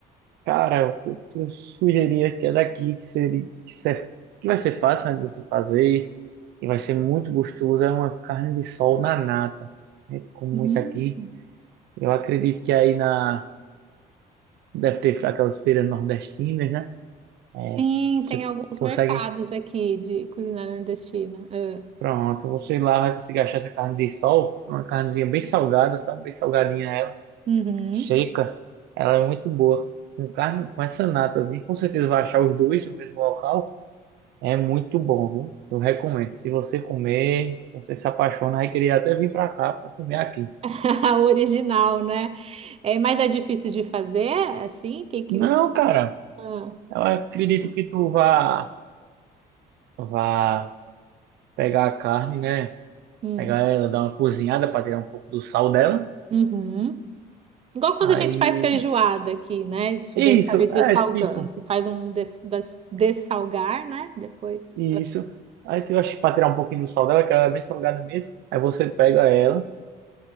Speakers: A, on the right (about 80°); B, on the right (about 35°).
A: Cara, eu eu sugeria que é daqui que seria que, ser- que vai ser fácil, né, de você fazer e vai ser muito gostoso. É uma carne de sol na nata. A gente come
B: Hum,
A: muito aqui. Eu acredito que aí na deve ter aquelas feiras nordestinas, né? É,
B: sim, tem
A: você
B: alguns mercados
A: consegue.
B: aqui de culinária nordestina. Ah.
A: Pronto, você lá vai conseguir achar essa carne de sol. É uma carnezinha bem salgada, sabe? Bem salgadinha ela,
B: Uhum.
A: seca. Ela é muito boa. Com carne, com essa natazinha, com certeza vai achar os dois no mesmo local. É muito bom, viu? Eu recomendo. Se você comer, você se apaixona, vai querer até vir pra cá pra comer aqui.
B: <laughs> O Original, né? É, mas é difícil de fazer, assim? Que que...
A: Não, cara,
B: Ah,
A: eu acredito que tu vá, vá pegar a carne, né?
B: hum.
A: Pegar ela, dar uma cozinhada para tirar um pouco do sal dela.
B: Uhum. Igual quando
A: Aí,
B: a gente faz feijoada aqui, né? Deixa
A: isso,
B: ali dessalgando.
A: é tipo,
B: Faz um des, des- dessalgar, né? Depois.
A: isso. Aí tu acha que para tirar um pouquinho do sal dela, que ela é bem salgada mesmo. Aí você pega ela.